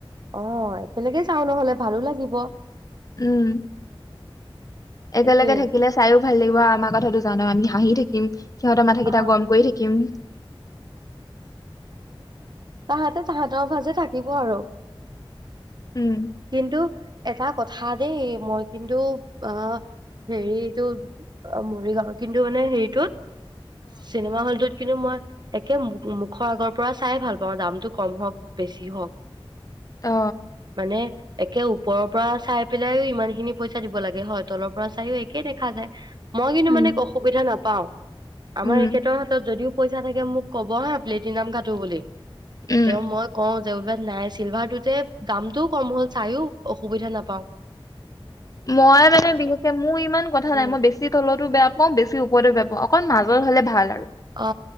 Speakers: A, on the right; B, on the left.
A: অ একেলগে যাওঁ নহ'লে ভালো লাগিব।
B: উম। একেলগে
A: সেইটোয়ে
B: থাকিলে চাইও ভাল লাগিব আমাৰ কথাটো জানো আমি। হাঁহি থাকিম সিহঁতৰ মাথাকেইটা
A: অ
B: গৰম কৰি থাকিম
A: তাহাতে তাহতেৰ ফাজে থাকিব আৰু
B: উম
A: কিন্তু এটা কথা দেই মই কিন্তু অ হেৰি এইটো মৰিগাঁও কিন্তু মানে হেৰিটোত চিনেমা হলটোত কিন্তু মই তে মুখৰ আগৰ পৰা চাই ভাল পাওঁ দামটো কম হওঁক বেছি হওক
B: অ
A: মানে একে ওপৰৰ পৰা চাই পেলাই ইমান খিনি পইচা দিব লাগে হয় তলৰ পৰা চাইয়ো একেই দেখা যায় মই কিন্তু
B: উম
A: মানে অসুবিধা না পাওঁ আমাৰ
B: উম
A: এখেতৰ হাতত যদিও পইচা থাকে মোক কব হা প্লেটিনাম টো বুলি
B: উম
A: তেওঁ মই কওঁ যে উলোব নাই চিলভাৰটোতে দামটোও কম হ'ল চাইও অসুবিধা নাপাওঁ
B: মই মানে বিশেষকে মোৰ ইমান কথা
A: উম
B: নাই মই বেছি তলতো বেয়া পাওঁ বেছি ওপৰতো বেয়া পাওঁ অকল মাজত হ'লে ভাল আৰু
A: অ